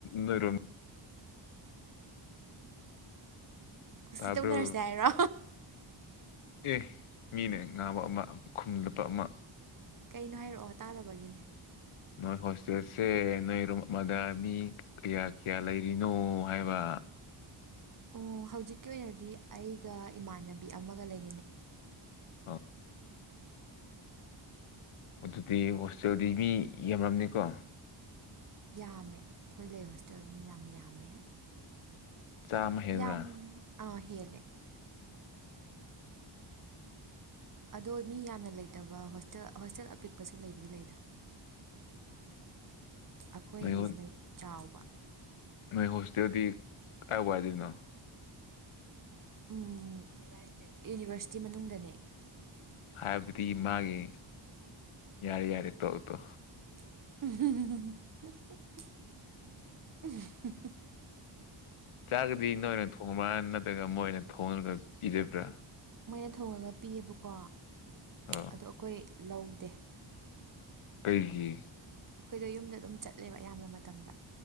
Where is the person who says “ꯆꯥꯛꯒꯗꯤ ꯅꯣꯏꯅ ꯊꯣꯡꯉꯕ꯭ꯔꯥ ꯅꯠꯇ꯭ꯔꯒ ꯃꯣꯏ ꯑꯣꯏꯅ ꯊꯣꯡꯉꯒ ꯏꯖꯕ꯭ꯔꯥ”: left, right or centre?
Left